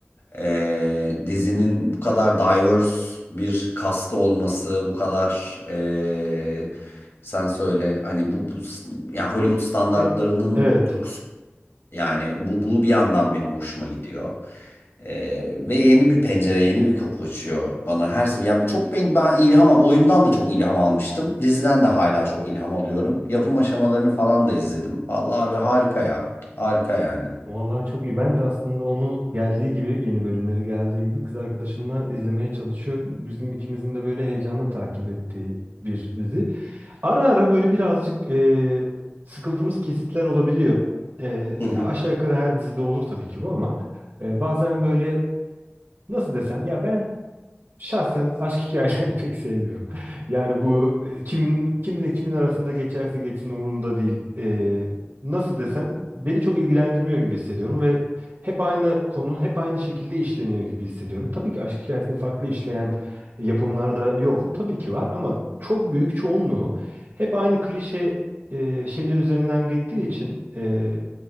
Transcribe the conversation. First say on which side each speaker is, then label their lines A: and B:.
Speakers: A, on the left (about 65°); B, on the right (about 60°).
A: Ee, dizinin bu kadar diverse bir kasta olması, bu kadar e, sen söyle hani bu, bu yani Hollywood standartlarının
B: E, evet.
A: çok yani bu, bu bir yandan benim hoşuma gidiyor. Ee, ve yeni bir pencere, yeni bir kapı açıyor bana her sefer. Yani çok ben, ben ilham al- oyundan da çok ilham almıştım. Diziden de hala çok ilham alıyorum. Yapım aşamalarını falan da izledim. Vallahi abi harika ya. Harika yani.
B: Vallahi çok iyi. Ben de aslında onu geldiği gibi, yeni bölümleri geldiği gibi kız arkadaşımla izlemeye çalışıyorum. Bizim ikimizin de böyle heyecanla takip ettiği bir dizi. Ara ara böyle birazcık e, sıkıldığımız kesitler olabiliyor. E,
A: Hı hı.
B: ya aşağı yukarı her dizide olur tabii ki bu ama e, bazen böyle nasıl desem ya ben Şahsen aşk hikayelerini <laughs> pek sevmiyorum. Yani bu e, kimin kimle kimin arasında geçerse geçsin umurumda değil. Ee, nasıl desem beni çok ilgilendirmiyor gibi hissediyorum ve hep aynı konu hep aynı şekilde işleniyor gibi hissediyorum. Tabii ki aşk hikayesini farklı işleyen yapımlarda yok mu? Tabii ki var ama çok büyük çoğunluğu hep aynı klişe e, şeyler üzerinden gittiği için e,